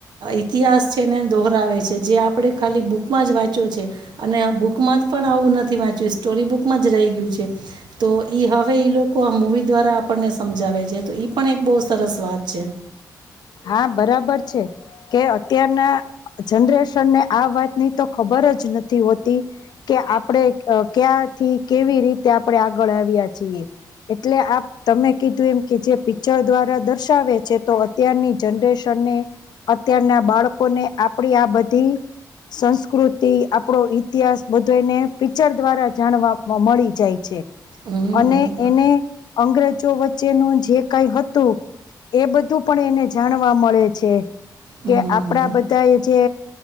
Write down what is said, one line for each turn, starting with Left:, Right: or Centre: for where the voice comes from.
Right: ઇતિહાસ છે ને દોહરાવે છે જે આપણે ખાલી બુક માં જ વાંચ્યો છે. અને બુકમાં જ પણ આવું નથી વાંચ્યું સ્ટોરી બુક માં જ રહી ગયું છે, તો ઈ હવે એ લોકો આ મુવી દ્વારા આપણને સમજાવે છે તો પણ એક બહુ સરસ વાત છે
Left: હા બરાબર છે કે અત્યારના જનરેશન ને આ વાતની તો ખબર જ નથી હોતી કે કે આપણે ક્યાંથી કેવી રીતે આપડણે આગળ આવ્યા છીએ એટલે આપ તમે કીધું એમ કે જે પિક્ચર દ્વારા દર્શાવે છે તો અત્યારની જનરેશનને અત્યારના બાળકોને આપડી આ બધી સંસ્કૃતિ આપણો ઈતિહાસ બધો એને પિક્ચર દ્વારા જાણવા મળી જાય છે. કે.
Right: હમ.
Left: અને એને અંગ્રેજો વચ્ચેનું જે કઈ હતું એ બધું. પણ એને જાણવા મળે છે.
Right: હમ
Left: કે આપણા બધા એ જે